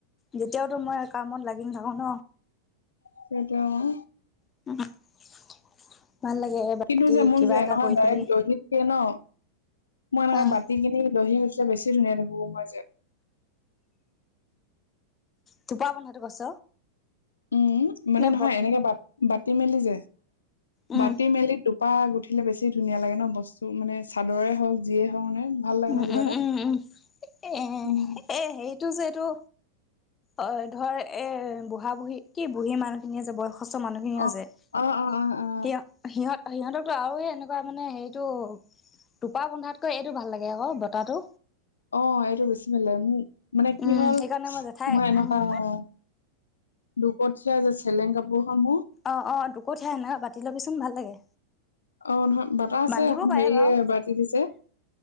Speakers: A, on the left; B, on the left.
A: যেতিয়াওটো মই কামত লাগি নাথাকো ন।
B: <unintelligible>
A: <unintelligible> ভাল লাগে বাকী
B: কিন্তু যে মোৰ
A: কিবা
B: যে
A: এটা
B: এনেকুৱা
A: কৰি
B: ডাইৰেক্ট
A: থাকি
B: দহিককে ন মই এনেকুৱা
A: আহ
B: বাতি কিনি দহি গুঠ তেতিয়া বেছি ধুনীয়াকে বব পৰা যায়।
A: টোপা বন্ধাটো কৈছ?
B: উম মানে
A: নে
B: নহয়
A: বত
B: এনেকে বাট বাটি মেলি যে
A: উম
B: বাাটি মেলি টো টোপা গুঠিলে বেছি ধুনীয়া লাগে ন। বস্তুটো মানে চাদৰে হওক যিয়ে হওক মানে। ভাল লাগে
A: উম,
B: ন কিবা
A: উম,
B: এটা
A: উম, উম এ এ
B: উম
A: এ হেৰিতো যে এইটো অ ধৰ এ বুঢ়া-বুঢ়ী কি বুঢ়ী মানুহখিনিয়ে যে বয়স <unintelligible> মানুহখিনিও
B: অ
A: যে কিয়
B: অ অ অ অ
A: সিহঁত সিহঁতৰটো আৰু এনেকুৱা মানে হেইটো টোপা বন্ধাতকৈ এইটো ভাল লাগে আকৌ বটাটো।
B: অ এইটো বেছি ভাল লাগে। মোক মানে কি
A: উম
B: হ'ল
A: সেইকাৰণে জেঠাই
B: মই এনেকুৱা
A: উম
B: অ দুপদ <unintelligible> যে চেলেং কাপোৰখন মোৰ।
A: অ, অ দুকঠীয়া, এনেকে কাটি ল'বিচোন ভাল লাগে।
B: অ নহয় বাটা আছে
A: বান্ধিব
B: এখন
A: পাৰে
B: হেৰিয়ে
A: বাৰু
B: বাটি দিছে।